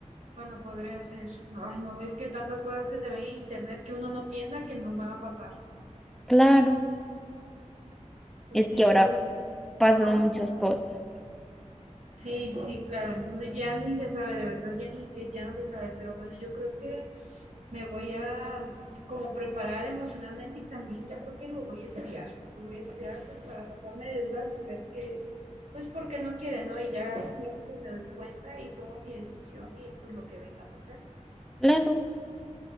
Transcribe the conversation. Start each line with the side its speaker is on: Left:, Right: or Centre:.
Right: Bueno, podría ser. Ay, no, es que tantas cosas que se ven en internet que uno no piensa que nos van a pasar.
Centre: Claro,
Right: Pues
Centre: es
Right: sí,
Centre: que ahora
Right: solamente.
Centre: pasan
Right: Ajá.
Centre: muchas cosas.
Right: Sí, sí, claro. Entonces ya ni se sabe, de verdad, ya ni que ya no se sabe, pero bueno, yo creo que me voy a como preparar emocionalmente y también yo creo que lo voy a espiar, lo voy a espiar pues para sacarme de dudas y ver que, pues porque no quiere, ¿no? Y ya con eso pues me doy cuenta y tomo mi decisión y pues lo que vengan otras,
Centre: Claro,